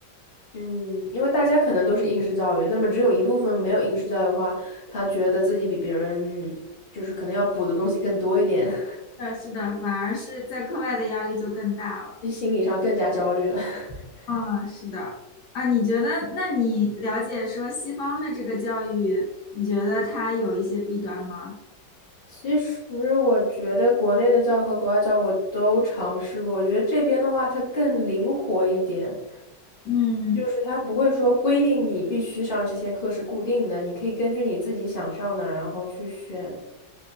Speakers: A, on the left; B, on the left.
A: 嗯，因为大家可能都是应试教育，那么只有一部分没有应试教育的话，他觉得自己比别人就是可能要补的东西更多一点。<laughs>
B: 是的，是的，反而是在课外的压力就更大了。
A: 就心理上更加焦虑了。<laughs>
B: 啊，是的，啊，你觉得，那你了解说西方的这个教育，你觉得它有一些弊端吗？
A: 其实我觉得国内的教育和国外教育我都尝试过，我觉得这边的话它更灵活一点，
B: 嗯，
A: 就是它不会说规定你必须上这些课是固定的，你可以根据你自己想上的然后去选。